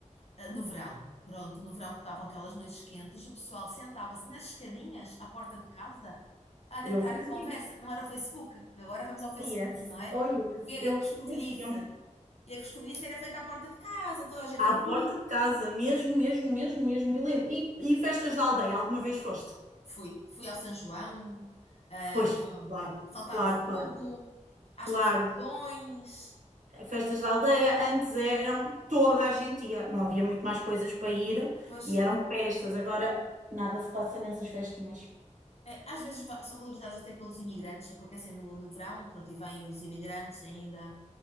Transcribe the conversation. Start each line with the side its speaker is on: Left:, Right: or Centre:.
Left: eh, no verão, pronto, no verão que estavam aquelas noites quentes, o pessoal sentava-se nas escadinhas à porta de casa a deitar
Right: Eu fazia
Left: a conversa.
Right: isso.
Left: Não era o Facebook, agora vamos ao Facebook,
Right: Oh yes,
Left: não é?
Right: oh yes,
Left: Ver
Right: eu
Left: a coscovilhice.
Right: sou desse tempo.
Left: E a coscovilhice era feita à porta de casa, toda a gente
Right: À
Left: ali.
Right: porta de casa, mesmo, mesmo, mesmo, mesmo. E, lembro- e e festas da aldeia, alguma vez foste?
Left: Fui, fui ao São João, ah,
Right: Foste,
Left: com-
Right: claro,
Left: saltar
Right: claro,
Left: o fogo,
Right: claro,
Left: às
Right: claro.
Left: procissões.
Right: Festas da aldeia antes eram toda a gente ia, não havia muito mais coisas para ir
Left: Pois
Right: e eram festas. Agora nada se passa nessas festinhas.
Left: É, Às vezes va- são valorizados até pelos imigrantes, acontecem no, no verão, pronto, e vêm os imigrantes ainda